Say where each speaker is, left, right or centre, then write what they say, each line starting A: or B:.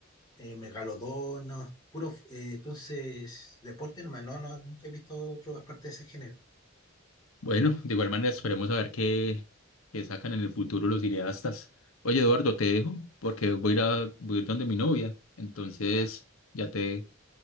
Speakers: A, on the left; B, on the left.
A: eh, Megalodón, no, puro, eh, entonces, deporte nomás, no, no, nunca he visto otro aparte de ese género.
B: Bueno, de igual manera esperemos a ver qué, qué sacan en el futuro los cineastas. Oye, Eduardo, te dejo porque
A: Ah,
B: voy a ir a, voy a ir donde mi novia. Entonces,
A: Ya,
B: ya te,